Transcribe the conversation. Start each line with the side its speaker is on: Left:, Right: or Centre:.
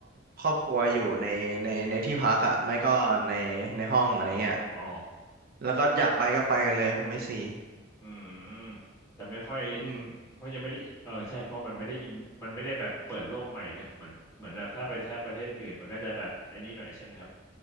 Right: ครอบครัวอยู่ในในในที่พักอ่ะไม่ก็ในในห้องอะไรเงี้ย
Left: อ๋ออ๋อ
Right: แล้วก็อยากไปก็ไปกันเลยผมไม่ซี
Left: อืมแต่ไม่ค่อย
Right: อืม
Left: เพราะยังไม่ได้เออใช่เพราะมันไม่ได้อินมันไม่ได้แบบเปิดโลกใหม่นะเหมือนเหมือนแบบถ้าไปถ้าประเทศอื่นมันก็จะแบบไอ้นี้หน่อยใช่ไหมครับ